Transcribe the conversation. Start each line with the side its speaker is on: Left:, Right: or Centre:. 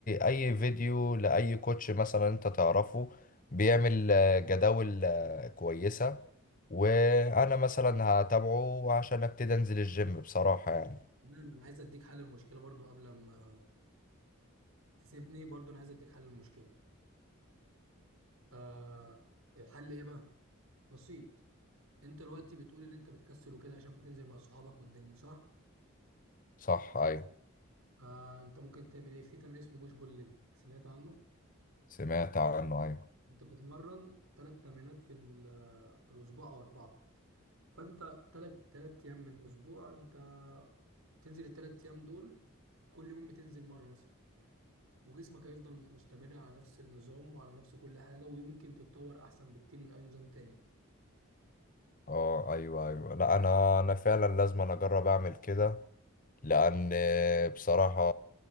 Left: اي فيديو لاي كوتش مثلا انت تعرفه بيعمل آه، جداول آه، كويسة وانا مثلا هتابعه عشان ابتدي انزل الجيم بصراحة يعني
Right: تمام انا عايز اديك حل المشكله برضو قبل ما تسيبني برضو انا عايز اديك حل المشكله آه الحل ايه بقى بسيط انت دلوقتي بتقول ان انت بتكسل وكده عشان بتنزل مع صحابك والدنيا صح
Left: صح ايوه
Right: آه انت ممكن تعمل ايه في تمرين اسمه بوش بول ليج سمعت عنه
Left: سمعت عنه ايوه
Right: انت بتتمرن ثلاث تمرينات في ال- في الاسبوع او اربعه فانت ثلاث ثلاث ايام من اسبوع انت بتنزل الثلاث ايام دول كل يوم بتنزل مره مثلا وجسمك هيفضل مستمر على نفس النظام وعلى نفس كل حاجة ويمكن تتطور أحسن بكتير من أي نظام تاني
Left: اه ايوه ايوه لا انا انا فعلا لازم أنا اجرب اعمل كده لان آه، بصراحة